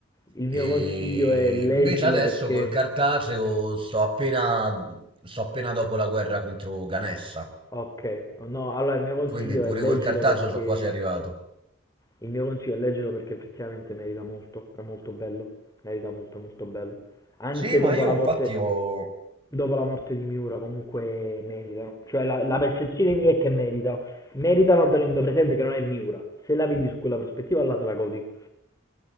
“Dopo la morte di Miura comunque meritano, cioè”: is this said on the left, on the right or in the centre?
Left